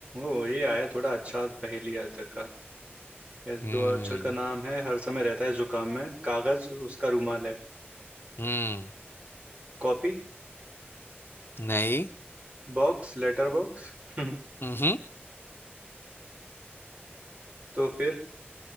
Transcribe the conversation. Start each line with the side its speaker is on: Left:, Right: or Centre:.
Right: ओ ये आया थोड़ा अच्छा पहेली आज तक का यस
Left: हम्म
Right: दो अक्षर का नाम है हर समय रहता है जुकाम में कागज उसका रूमाल है
Left: हम्म
Right: कॉपी
Left: नहीं
Right: Box letter box <laughs>
Left: हम्म
Right: तो फिर